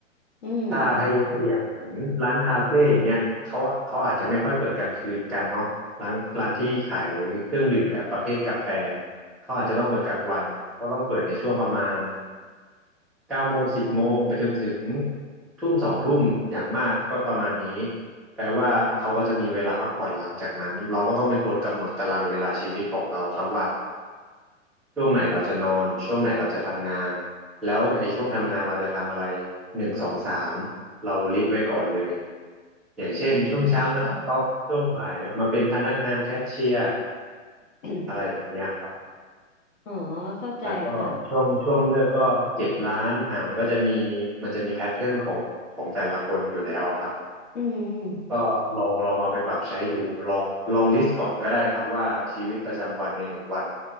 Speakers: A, on the left; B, in the centre.
A: อืม
B: ถ้าให้ยกตัวอย่างเหมือนร้านคาเฟ่อย่างเงี้ยเขาเขาอาจจะไม่ค่อยเปิดกลางคืนกันเนาะร้านร้านที่ขายเครื่องดื่มแบบประเภทกาแฟ
A: อืม
B: เขาอาจจะต้องเปิดกลางวันเขาก็ต้องเปิดในช่วงประมาณ
A: จ้ะค่ะ
B: เก้าโมงสิบโมงไปจนถึงทุ่มสองทุ่มอย่างมากก็ประมาณนี้แปลว่าเขาก็จะมีเวลาพักผ่อนหลังจากนั้นเราก็ต้องเป็นคนกำหนดตารางเวลาชีวิตของเราครับว่าช่วงไหนเราจะนอนช่วงไหนเราจะทำงานแล้วไอ้ช่วงทำงานเราจะทำอะไรหนึ่งสองสามเราลิสต์ไว้ก่อนเลยอย่างเช่นช่วงเช้านักสต็อกช่วงบ่ายมาเป็นพนักงานแคชเชียร์
A: อืมอืมค่ะ <coughs>
B: อะไรแบบเนี้ยครับ
A: อ๋อเข้าใจค่ะ
B: แล้วก็ช่วงช่วงเลิกก็เก็บร้านอ่ามันก็จะมีมันจะมีแพทเทิร์นของของแต่ละคนอยู่แล้วอะครับ
A: อืม
B: ก็ลองลองเอาไปปรับใช้ดูลองลองลิสต์ก่อนก็ได้ครับว่าชีวิตประจำวันในหนึ่งวัน